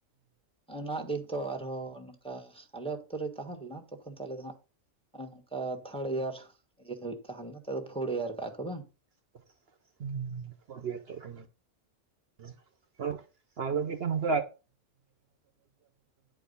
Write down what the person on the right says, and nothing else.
<unintelligible> ᱦᱩᱸ <unintelligible> ᱵ ᱠᱟᱱᱟ <unintelligible>